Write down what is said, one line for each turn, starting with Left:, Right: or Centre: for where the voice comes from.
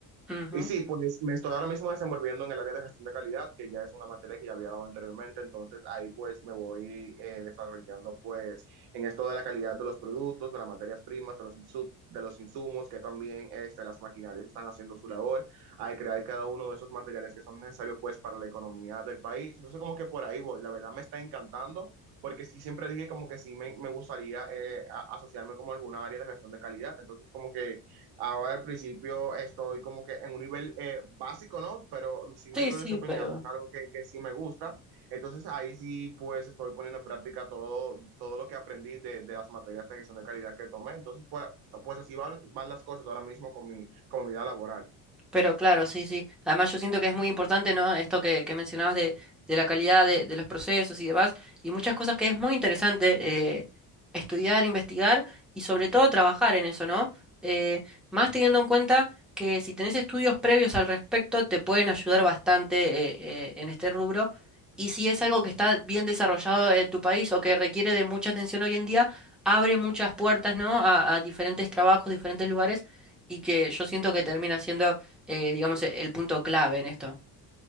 Centre: Ujú.
Right: y sí, pues me estoy ahora mismo desenvolviendo en el área de gestión de calidad, que ya es una materia que ya había dado anteriormente, entonces ahí pues me voy eh, desarrollando pues en esto de la calidad de los productos, de las materias primas, de los, insu- de los insumos, que también este, las maquinarias están haciendo su labor, hay crear cada uno de esos materiales que son necesarios pues para la economía del país. Entonces como que por ahí voy, la verdad me está encantando, porque sí siempre dije como que sí me, me gustaría eh, a- asociarme como a alguna área de gestión de calidad, entonces como que... Ahora al principio estoy como que en un nivel eh, básico, ¿no? Pero sí me
Centre: Sí,
Right: estoy
Centre: sí,
Right: desempeñando
Centre: pero...
Right: en algo que, que sí me gusta. Entonces ahí sí pues estoy poniendo en práctica todo, todo lo que aprendí de, de las materias de gestión de calidad que tomé. Entonces pues, pues así van, van las cosas ahora mismo con mi, con mi vida laboral.
Centre: Pero claro, sí, sí. Además yo siento que es muy importante, ¿no? Esto que, que mencionabas de, de la calidad de, de los procesos y demás, y muchas cosas que es muy interesante eh, estudiar, investigar y sobre todo trabajar en eso, ¿no? Eh, más teniendo en cuenta que si tenés estudios previos al respecto, te pueden ayudar bastante eh, eh, en este rubro. Y si es algo que está bien desarrollado en tu país o que requiere de mucha atención hoy en día, abre muchas puertas, ¿no? A, a diferentes trabajos, diferentes lugares, y que yo siento que termina siendo eh, digamos, e- el punto clave en esto.